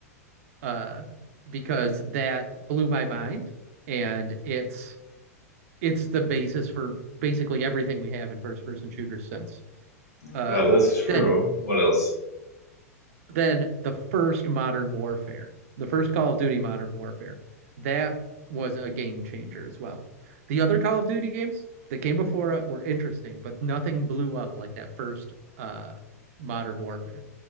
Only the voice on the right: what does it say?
Uh because that blew my mind and it's it's the basis for basically everything we have in first person shooters since.
Uh,
then
then the first modern warfare, the first Call of Duty Modern Warfare, that was a game changer as well. The other Call of Duty games that came before it were interesting, but nothing blew up like that first uh, Modern Warfare.